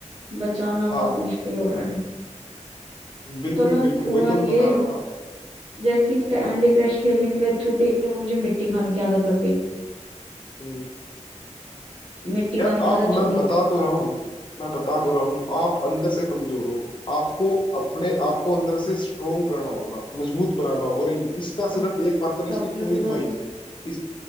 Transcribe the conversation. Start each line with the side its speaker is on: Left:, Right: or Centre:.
Right: बचाना बहुत
Left: हाँ
Right: मुश्किल हो रहा है
Left: बिल्कुल
Right: तो ना
Left: बिल्कुल
Right: हुआ
Left: वही तो
Right: ये
Left: मैं बता रहा हूँ ना
Right: जैसे कैंडी
Left: हम्म,
Right: क्रश खेलने की लत छूटी मुझे मिट्टी खाने की आदत लग गई
Left: हम्म।
Right: मिट्टी
Left: यार
Right: खाने की
Left: आप
Right: आदत छोड़ी
Left: मैं बता तो रहा हूँ मैं बता तो रहा हूँ आप अंदर से कमजोर हो आपको अपने आप को अंदर से स्ट्रोंग करना होगा मजबूत बनाना होगा और इसका
Right: आज-
Left: सिर्फ एकमात्र
Right: आज मैं
Left: इसकी
Right: डॉक्टर
Left: कोई
Right: के
Left: दवाई
Right: पास
Left: नहीं है इस